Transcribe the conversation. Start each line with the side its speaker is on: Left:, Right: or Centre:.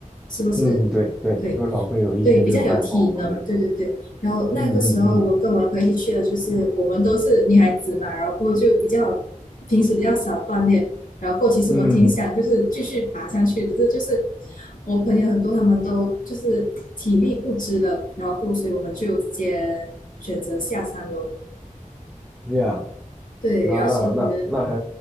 Left: 是不是？
Centre: 嗯，对对，
Left: 对
Centre: 多少会有一些这种爱好啊，
Left: 对，比较有体能。
Centre: 这种，
Left: 对对对。然后那个时候，
Centre: 嗯嗯嗯
Left: 我跟我的朋友一起去的，就是我们都是女孩子嘛，然后过后就比较平时比较少锻炼，然后过后其实我挺想就是继续爬上去，
Centre: 嗯
Left: 只是就是我朋友很多他们都就是体力不支了，然后过后所以我们就直接选择下山喽。
Centre: ，yeah。
Left: 对，
Centre: 那那那那还
Left: 然后其实